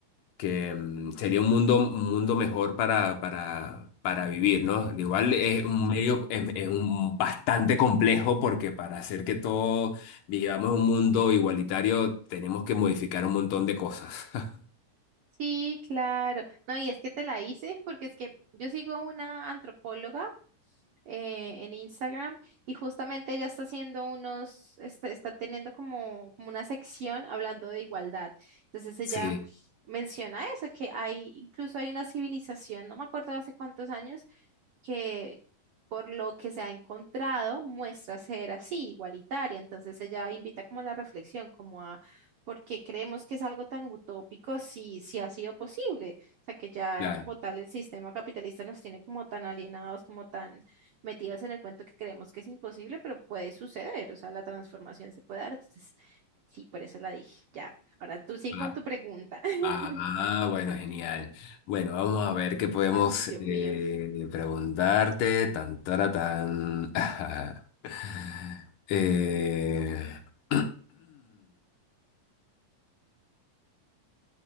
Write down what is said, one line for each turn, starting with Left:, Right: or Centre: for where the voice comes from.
Left: que mm, sería un mundo, un mundo mejor para, para, para vivir, ¿no? Igual es
Right: Sí,
Left: un medio, es, es un bastante complejo porque para hacer que todos vivamos un mundo igualitario tenemos que modificar un montón de cosas. <laughs>
Right: sí, claro. No, y es que te la hice porque es que yo sigo una antropóloga eh, en Instagram y justamente ella está haciendo unos, está, está teniendo como, como una sección hablando de igualdad. Entonces ella
Left: Sí,
Right: menciona eso, que hay, incluso hay una civilización, no me acuerdo hace cuántos años, que por lo que se ha encontrado muestra ser así, igualitaria. Entonces ella invita como a la reflexión, como a por qué creemos que es algo tan utópico si, si ha sido posible. O sea, que ya
Left: claro.
Right: como tal el sistema capitalista nos tiene como tan alienados, como tan metidos en el cuento que creemos que es imposible, pero puede suceder. O sea, la transformación se puede dar. Entonces, sí, por eso la dije. Ya, ahora tú sigue
Left: Ah,
Right: con tu pregunta. <laughs>
Left: Ah, bueno, genial. Bueno, vamos a ver qué podemos
Right: Ay, Dios
Left: eh,
Right: mío.
Left: preguntarte. Tan, tara, tan. <laughs> Eh, <clears throat>